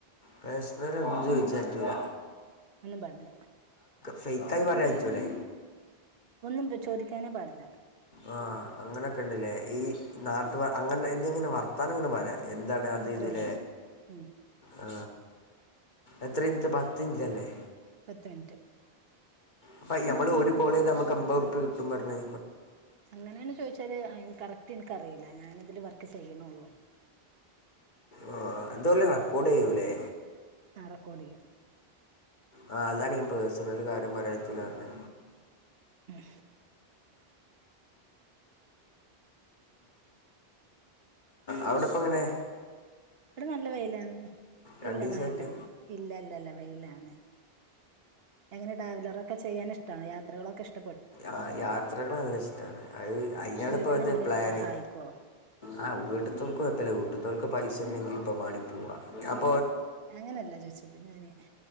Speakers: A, on the left (about 50°); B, on the right (about 70°).
A: പേഴ്സണൽ എന്ത് ചോദിക്കുവാ
B: ഒന്നും പാടില്ല
A: ഫേക്കായി പറയാൻ പറ്റൂലേ
B: ഒന്നും ചോദിക്കാനേ പാടില്ല
A: ആ അങ്ങനൊക്കെ ഉണ്ടല്ലേ ഈ നാട്ടുകാർ അങ്ങനെ അതിങ്ങനെ വർത്തമാനം പറ എന്താണ് അത്
B: അത്രേ
A: ഇതിൽ
B: ഉള്ളൂ ഉം
A: ആ എത്ര ഇഞ്ച് പത്ത് ഇഞ്ചല്ലേ
B: പത്ത് മിനിറ്റ്
A: അപ്പ മ്മള് ഒരു കോള് ചെയ്താൽ നമുക്ക് അമ്പത് റുപ്പിയ കിട്ടും പറഞ്ഞേ
B: അങ്ങനെയാണ് ചോദിച്ചാല് കറക്റ്റ് എനിക്കറിയില്ല ഞൻ ഇതില് വർക്ക് ചെയ്യണള്ളൂ
A: ആ എന്തൊയെല്ലാം റെക്കോട്ചെയൂലേ
B: ആ. റെക്കോഡ് ചെയ്യും
A: ആ അതാണ് ഈ പേഴ്സണല് കാര്യം പറയാറ്റില്ലഞ്ഞെ
B: ഏ
A: അവിടെപ്പങ്ങനെ
B: ഇവിടെ നല്ല വെയിലാണ്
A: രണ്ട്
B: ഇല്ല
A: ദിവസമായിട്ട്
B: മഴല്ല ഇവിടെ ഇല്ല ഇല്ലല്ല വെയിലാണ് എങ്ങനെ ട്രാവലറൊക്കെ ചെയ്യാൻ ഇഷ്ടാണോ യാത്രകളൊക്കെ ഇഷ്
A: ആ യാത്രകൾ നല്ല ഇഷ്ടാണ് അത് അയ്നാണിപ്പോ
B: വീട്ടിലെന്തിനേലും
A: ഇത് പ്ലാന്
B: സഹായിക്കോ
A: ആ വീട്ട്ത്തോൽക്ക് കൊഴപ്പല്ല വീട്ട്ത്തോൽക്ക് പൈസ ഉണ്ടെങ്കി മാണി പോവാ ഞാപ്പം
B: അങ്ങനെയല്ല ചോദിച്ചത് ഞാന്